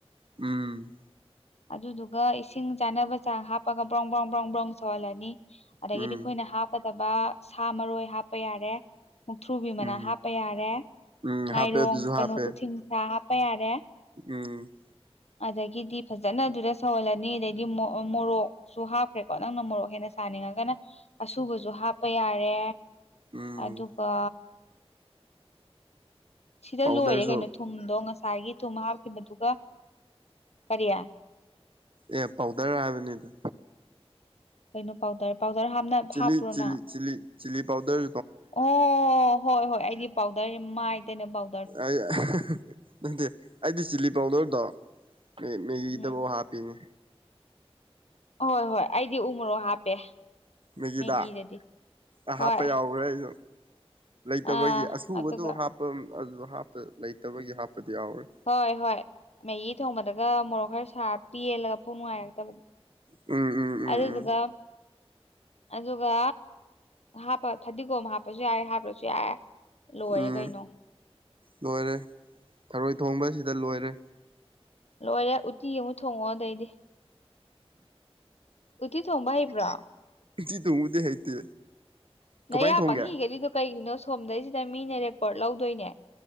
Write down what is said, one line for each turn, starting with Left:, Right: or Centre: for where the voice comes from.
Right: ꯎꯝ꯫
Left: ꯑꯗꯨꯗꯨꯒ ꯏꯁꯤꯡ ꯆꯥꯅꯕ ꯆꯥꯡ ꯍꯥꯞꯄꯒ ꯕ꯭ꯔꯣꯡ ꯕ꯭ꯔꯣꯡ ꯕ꯭ꯔꯣꯡ ꯕ꯭ꯔꯣꯡ ꯁꯧꯍꯜꯂꯅꯤ ꯑꯗꯥꯒꯤꯗꯤ
Right: ꯎꯝ
Left: ꯑꯩꯈꯣꯏꯅ ꯍꯥꯞꯀꯗꯕ ꯁꯥ ꯃꯔꯣꯏ ꯍꯥꯞꯄ ꯌꯥꯔꯦ ꯃꯨꯛꯊ꯭ꯔꯨꯕꯤ ꯃꯅꯥ
Right: ꯎꯝ
Left: ꯍꯥꯞꯄ ꯌꯥꯔꯦ
Right: ꯎꯝ ꯍꯥꯞꯄꯦ
Left: ꯉꯥꯏꯔꯣꯡ
Right: ꯑꯗꯨꯁꯨ
Left: ꯀꯩꯅꯣ
Right: ꯍꯥꯞꯄꯦ
Left: ꯎꯊꯤꯟꯁꯥ ꯍꯥꯞꯄ ꯌꯥꯔꯦ
Right: ꯎꯝ꯫
Left: ꯑꯗꯥꯒꯤꯗꯤ ꯐꯖꯅꯥ ꯑꯗꯨꯗ ꯁꯧꯍꯜꯂꯅꯤ ꯑꯗꯩꯗꯤ ꯃꯣ ꯃꯣꯔꯣꯛ ꯁꯨ ꯍꯥꯞꯈ꯭ꯔꯦꯀꯣ ꯅꯪꯅ ꯃꯣꯔꯣꯛ ꯍꯦꯟꯅ ꯁꯥꯍꯟꯅꯤꯡꯉꯒꯅ ꯑꯁꯨꯕꯁꯨ ꯍꯥꯞꯄ ꯌꯥꯔꯦ꯫
Right: ꯎꯝ
Left: ꯑꯗꯨꯒ ꯁꯤꯗ
Right: ꯄꯥꯎꯗꯔꯁꯨ
Left: ꯂꯣꯏꯔꯦ ꯀꯩꯅꯣ꯫ ꯊꯨꯝꯗꯣ ꯉꯁꯥꯏꯒꯤ ꯊꯨꯝ ꯍꯥꯞꯈꯤꯕꯗꯨꯒ ꯀꯔꯤ꯫
Right: ꯑꯦ ꯄꯥꯎꯗꯔ ꯍꯥꯏꯕꯅꯤꯗ꯫
Left: ꯀꯩꯅꯣ ꯄꯥꯎꯗꯔ ꯄꯥꯎꯗꯔ ꯍꯥꯞꯅ
Right: ꯆꯤꯂꯤ
Left: ꯍꯥꯞꯄ꯭ꯔꯣ
Right: Chilli
Left: ꯅꯪ꯫
Right: chilli chilli powder.
Left: ꯑꯣ ꯍꯣꯏ ꯍꯣꯏ ꯑꯩꯗꯤ ꯄꯥꯎꯗꯔ ꯍꯥꯏꯗꯤ ꯃꯥꯏ ꯇꯩꯅꯕ ꯄꯥꯎ
Right: ꯑꯩ ꯅꯠꯇꯦ ꯑꯩꯗꯤ ꯆꯤꯂꯤ ꯄꯥꯎꯗꯔꯗꯣ ꯃꯦ ꯃꯦꯒꯤꯗꯕꯧ
Left: ꯎꯝ
Right: ꯍꯥꯞ ꯄꯤꯅꯦ꯫
Left: ꯍꯣꯏ ꯍꯣꯏ ꯑꯩꯗꯤ ꯎꯃꯣꯔꯣꯛ ꯍꯥꯞꯄꯦ꯫
Right: ꯃꯦꯒꯤꯗ
Left: ꯃꯦꯒꯤꯗꯗꯤ
Right: ꯑꯥ
Left: ꯍꯣꯏ
Right: ꯍꯥꯞꯄ ꯌꯥꯎꯒ꯭ꯔꯦ ꯑꯩꯁꯨ꯫ ꯂꯩꯇꯕꯒꯤ
Left: ꯑꯥ
Right: ꯑꯁꯨꯕꯗꯣ
Left: ꯑꯗꯨꯒ
Right: ꯍꯥꯞꯄ ꯑꯗꯨ ꯍꯥꯞꯄ ꯂꯩꯇꯕꯒꯤ ꯍꯥꯞꯄꯗꯤ ꯌꯥꯎꯔꯦ꯫
Left: ꯍꯣꯏ ꯍꯣꯏ ꯃꯦꯒꯤ ꯊꯣꯡꯕꯗꯒ ꯃꯣꯔꯣꯛ ꯈꯔ ꯁꯥꯔ ꯄꯦꯜꯂꯒ ꯄꯨꯛ ꯅꯨꯡꯉꯥꯏꯔꯛꯇꯕ
Right: ꯎꯝ ꯎꯝ ꯎꯝ
Left: ꯑꯗꯨꯗꯨꯒ ꯑꯗꯨꯒ ꯍꯥꯞꯄ ꯐꯗꯤꯒꯣꯝ ꯍꯥꯞꯄꯁꯨ ꯌꯥꯔꯦ ꯍꯥꯞꯇ꯭ꯔꯁꯨ ꯌꯥꯔꯦ꯫ ꯂꯣꯏꯔꯦ
Right: ꯎꯝ
Left: ꯀꯩꯅꯣ
Right: ꯂꯣꯏꯔꯦ ꯊꯔꯣꯏ ꯊꯣꯡꯕ ꯁꯤꯗ ꯂꯣꯏꯔꯦ꯫
Left: ꯂꯣꯏꯔꯦ ꯎꯇꯤ ꯑꯃꯨꯛ ꯊꯣꯡꯉꯛꯑꯣ ꯑꯗꯩꯗꯤ ꯎꯇꯤ ꯊꯣꯡꯕ ꯍꯩꯕ꯭ꯔꯣ꯫
Right: ꯎꯇꯤ ꯊꯣꯡꯕꯗꯤ ꯍꯩꯇꯦ꯫ ꯀꯃꯥꯏꯅ
Left: ꯅꯌꯥ
Right: ꯊꯣꯡꯒꯦ
Left: ꯄꯪꯍꯤ ꯍꯤꯒꯠꯂꯤꯗꯣ ꯀꯩꯒꯤꯅꯣ ꯁꯣꯝꯗꯩꯁꯤꯗ ꯃꯤꯅ ꯔꯦꯀꯣꯔꯠ ꯂꯧꯗꯣꯏꯅꯦ꯫